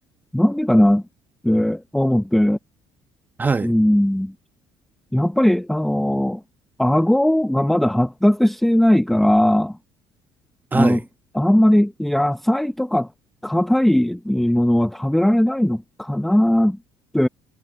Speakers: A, in the centre; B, on the right.
A: なんでかなって思って、
B: はい、
A: うん。やっぱり、あの、顎がまだ発達していないから、
B: はい、
A: あの、あんまり野菜とか硬いものは食べられないのかなって、